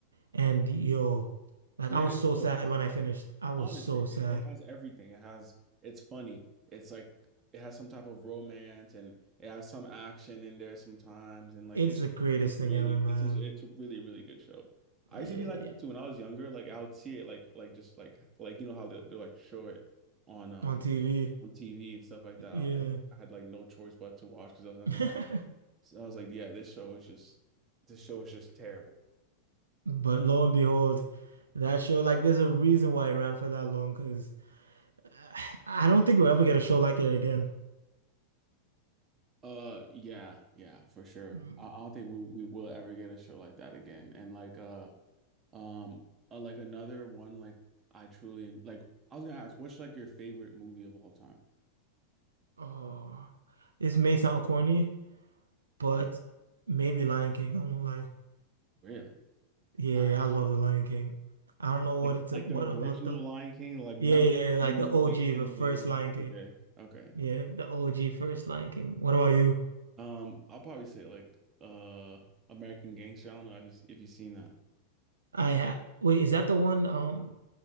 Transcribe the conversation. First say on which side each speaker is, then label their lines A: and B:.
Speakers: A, on the right (about 75°); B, on the right (about 20°).
A: and yo, like
B: Greatest
A: I was so
B: show.
A: sad
B: It's
A: when I finished.
B: it,
A: I was
B: honestly,
A: so sad.
B: it, it has everything. It has it's funny. It's like it has some type of romance and it has some action in there sometimes and like
A: It's
B: it's
A: the greatest thing
B: really
A: ever, man.
B: it's just it's a really really good show. I
A: Yeah,
B: used to be like
A: yeah.
B: that too when I was younger. Like I would see it like like just like like you know how they they like show it on um
A: On TV.
B: on TV and stuff like that.
A: Yeah.
B: I, I had like no choice but to watch because there was nothing
A: <laughs>
B: on. So I was like, yeah, this show is just this show is just terrible.
A: But lo and behold, that show, like, there's a reason why it ran for that long, because <sighs> I don't think we'll ever get a show like it again.
B: Uh, yeah, yeah, for sure.
A: Mm,
B: I, I don't think we we will ever get a show like that again. And like uh, um, uh, like another one like I truly en- like. I was gonna ask, what's like your favorite movie of all time?
A: Oh, this may sound corny, but maybe Lion King. I won't lie.
B: Really?
A: Yeah,
B: Lion.
A: yeah, I love the Lion King. I don't know what
B: Like
A: it's
B: like
A: what
B: the original
A: about the
B: Lion King, like not
A: yeah, yeah,
B: like
A: yeah, like
B: new,
A: the OG,
B: like
A: the
B: animated
A: first
B: one.
A: Lion King.
B: Okay, okay,
A: Yeah,
B: okay.
A: the OG first Lion King. What about you?
B: Um, I'll probably say like uh American Gangster. I don't know if you if you've seen that.
A: I ha wait, is that the one? Um,